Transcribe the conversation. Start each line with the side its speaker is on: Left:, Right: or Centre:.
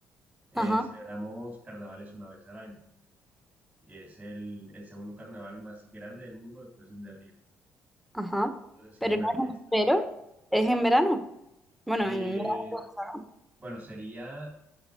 Right: Eh,
Centre: Ajá.
Right: celebramos carnavales una vez al año y es el, el segundo carnaval más grande del mundo después del de Río.
Centre: Ajá.
Right: Entonces, sí,
Centre: Pero
Right: es una fiesta.
Centre: no es pero es en verano. Bueno,
Right: Eh,
Centre: en verano, ¿no?
Right: bueno, sería